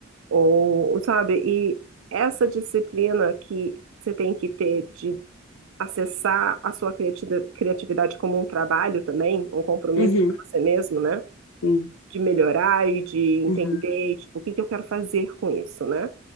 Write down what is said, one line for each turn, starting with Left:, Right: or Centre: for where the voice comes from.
Right: ou, ou, sabe? E essa disciplina que você tem que ter de acessar a sua criati- criatividade como um trabalho também, um compromisso
Left: Uhum.
Right: com você mesmo, né?
Left: Sim.
Right: De melhorar e de entender,
Left: Uhum.
Right: tipo, o que que eu quero fazer com isso, né?